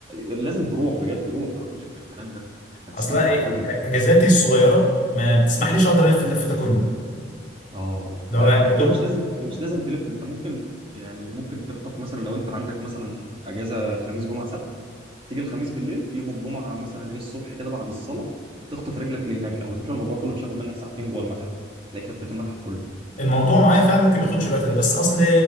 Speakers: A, on the right; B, on the left.
A: لازم تروح بجد روح روح وشوف الكلام ده هتستمتع
B: اصلا ايه
A: قوي
B: اجازاتي الصغيره ما بتسمحليش اقدر الف اللف ده كله
A: اه
B: لو
A: اه على
B: يا
A: فكره
B: دوب
A: مش لازم مش لازم تلف انت ممكن يعني ممكن تخطف مثلا لو انت عندك مثلا اجازه خميس جمعه سبت تيجي الخميس بالليل يوم الجمعه مثلا ايه الصبح كده بعد الصلاه تخطف رجلك لهناك على فكره الموضوع كله مش هياخد منك ساعتين جوه المتحف تلاقيك لفيت المتحف كله
B: الموضوع معايا فعلا ممكن ما ياخدش الوقت ده بس اصل